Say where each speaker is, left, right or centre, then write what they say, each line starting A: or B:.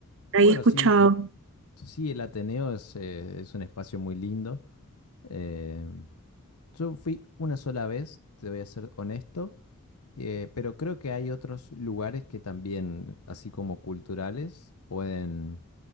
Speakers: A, on the right; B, on the left.
A: Ahí
B: Bueno,
A: he escuchado.
B: sí, sí, el Ateneo es, eh, es un espacio muy lindo. Eh, yo fui una sola vez, te voy a ser honesto. Eh, pero creo que hay otros lugares que también, así como culturales, pueden,